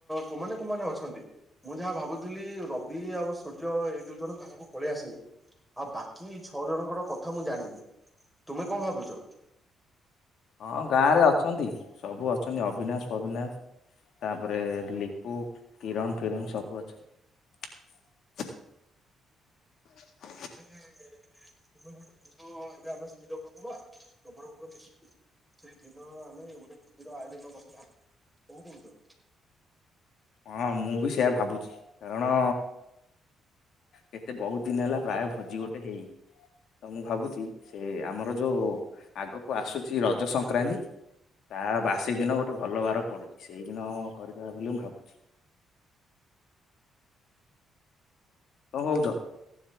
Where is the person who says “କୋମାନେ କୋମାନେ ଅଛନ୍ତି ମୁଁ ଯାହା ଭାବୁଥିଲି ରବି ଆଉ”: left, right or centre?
Centre